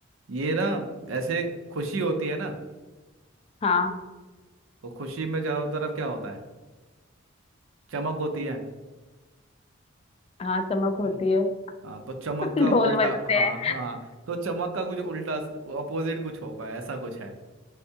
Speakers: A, on the right; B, on the left.
A: ये ना ऐसे खुशी होती है ना
B: हाँ
A: तो खुशी में चारों तरफ क्या होता है चमक होती है
B: हाँ चमक होती
A: तो-
B: है
A: हाँ तो चमक
B: <laughs>
A: का
B: ढोल
A: उल्टा
B: बजते
A: हाँ
B: हैं
A: हाँ तो चमक का कुछ उल्टा अपोजिट कुछ होगा ऐसा कुछ है